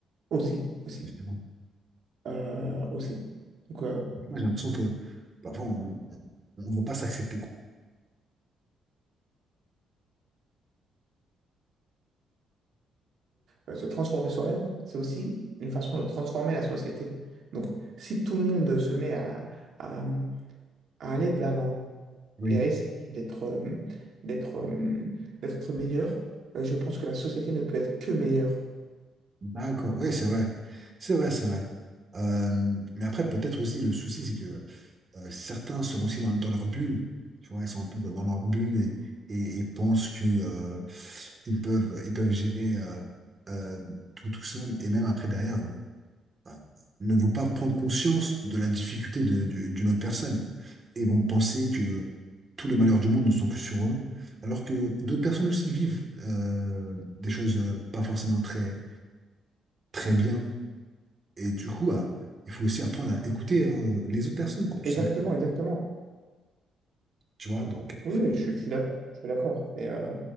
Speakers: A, on the right; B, on the right.
A: Aussi, aussi,
B: Moi,
A: euh, aussi. Donc, euh,
B: j'ai l'impression que parfois on ne veut pas s'accepter, quoi.
A: euh, se transformer soi-même, c'est aussi une façon de transformer la société. Donc, si tout le monde se met à, à- à aller de l'avant
B: Oui.
A: et à essayer d'être euh, d'être euh, d'être meilleur, euh, je pense que la société ne peut être que meilleure.
B: D'accord, oui, c'est vrai. C'est vrai, c'est vrai. Euh, mais après, peut-être aussi, le souci, c'est que euh, certains sont aussi dans, dans leur bulle. Tu vois, ils sont un peu dans dans leur bulle et, et, et pensent que, euh, ils peuvent, ils peuvent gérer euh, euh, tout tout seul. Et même après, derrière, euh, ne vont pas prendre conscience de la difficulté de- de- d'une autre personne. Et vont penser que tous les malheurs du monde ne sont que sur eux. Alors que d'autres personnes aussi vivent euh, des choses euh, pas forcément très, très bien. Et du coup, bah, il faut aussi apprendre à écouter euh, les autres personnes, quoi, tout
A: Exactement,
B: simplement.
A: exactement.
B: Tu vois, donc, euh,
A: Oui, oui, je suis, je suis d'accord. Je suis d'accord. Et euh,